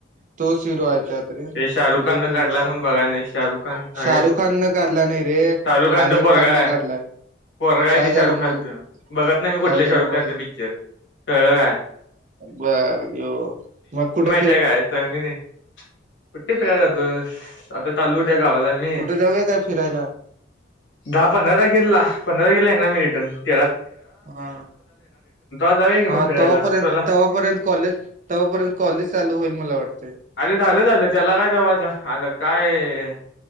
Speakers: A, on the right; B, on the left.
A: तो शिरू आहे. त्यात हिरो
B: शाहरुख खान न
A: तूझ
B: काढला
A: आहे
B: म्हणून बघाय नाही शाहरुख खान
A: शाहरुख
B: आहे
A: खान काढला नाही रे
B: शाहरुख खानचं
A: आर्यन
B: पोरगा
A: खान न
B: आहे
A: काढलाय
B: पोरगा आहे
A: काय
B: ते
A: झालं
B: शाहरुख खानचं
A: मग
B: बघत नाही मी कुठलं
A: काय झालं
B: शाहरुख
A: मग
B: खानचं पिक्चर कळलं काय
A: बर ये मग कुठे
B: त्या काय चांगली नाही. कुठे फिरायला जातोस आता चाललोय. त्या गावाला मी
A: कुठं जाऊया काय फिरायला
B: दहा पंधरा गेला पंधरा गेला ना मी तेलात
A: हा
B: जाऊया की
A: हा
B: मग फिरायला
A: तेव्हापर्यंत
B: चला
A: तेव्हापर्यंत कॉलेज तेव्हापर्यंत कॉलेज चालू होईल म लगेच
B: अरे झालं झालं त्याला काय दावायच. काय